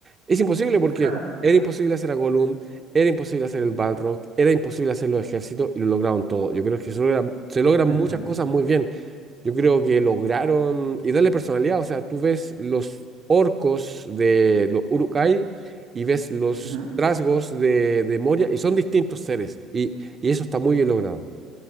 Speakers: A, on the right; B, on the right.
A: Es imposible porque
B: <laughs>
A: era imposible hacer a Gollum, era imposible hacer el Balrog, era imposible hacer los ejércitos, y lo lograron todo. Yo creo que se logra- se logran
B: ujú,
A: muchas cosas muy bien. Yo creo que lograron y darle personalidad. O sea, tú ves los orcos de los uruk y ves los
B: ujú.
A: trasgos de, de Moria y son distintos seres. Y, y eso está muy bien logrado.